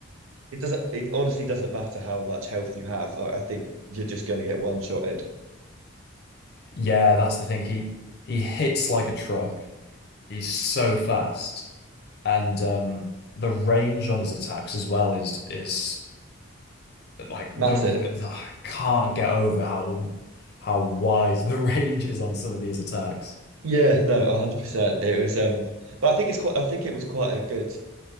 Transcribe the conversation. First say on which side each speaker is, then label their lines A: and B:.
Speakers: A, on the right (about 85°); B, on the left (about 50°).
A: it doesn't. It honestly doesn't matter how much health you have. Like I think you're just going to get one shotted.
B: Yeah, that's the thing. He he hits like a truck. He's so fast. And um the range on his attacks as well is is like the,
A: Massive.
B: the I can't get over how how wide <laughs> the range is on some of these attacks.
A: Yeah, no, a hundred percent. It was um but I think it's quite I think it was quite a good